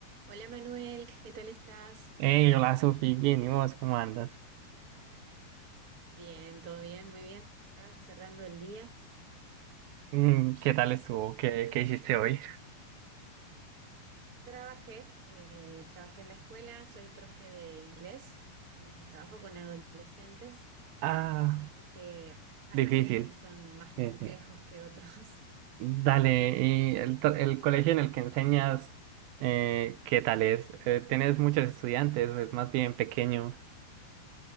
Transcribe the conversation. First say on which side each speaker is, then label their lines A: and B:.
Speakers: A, on the right; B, on the right.
A: Hola Manuel, ¿qué tal estás?
B: Hey, hola Sofi, bien, ¿y vos cómo andas?
A: Bien, todo bien, muy bien. Acá cerrando el día.
B: Mm, ¿Qué tal estuvo? ¿Qué, qué hiciste hoy?
A: Trabajé, eh, trabajé en la escuela, soy profe de inglés y trabajo con adolescentes,
B: Ah,
A: así que hay
B: difícil.
A: días que son más
B: Sí,
A: complejos
B: sí.
A: que otros. <laughs>
B: Dale, ¿y el, to- el colegio en el que enseñas, eh, qué tal es? Eh, ¿tienes muchos estudiantes? ¿Es más bien pequeño?